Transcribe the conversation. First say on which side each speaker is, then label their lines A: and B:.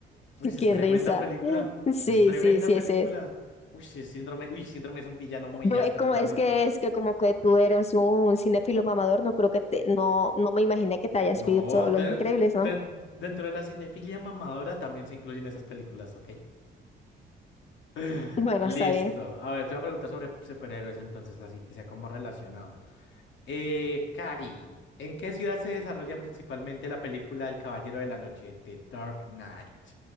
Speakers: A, on the left; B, on the left.
A: Uy, sí,
B: Qué
A: es tremenda
B: risa.
A: película.
B: Sí,
A: Es tremenda
B: sí, sí,
A: película.
B: ese es.
A: Uy, sí, Síndrome. Uy, Síndrome es un villano muy
B: Yo,
A: áspero
B: eh, como
A: también.
B: es que es que como que tú eres un cinéfilo mamador, no creo que te, no, no me imaginé que te hayas
A: No,
B: visto Los
A: de-
B: Increíbles, ¿no?
A: de- dentro de la cinefilia mamadora también se incluyen esas películas, ¿ok? <laughs>
B: Bueno, está
A: Listo.
B: bien.
A: A ver, te voy a preguntar sobre superhéroes entonces, así que sea como relacionado. Eh, Cari, ¿en qué ciudad se desarrolla principalmente la película El Caballero de la Noche, The Dark Knight?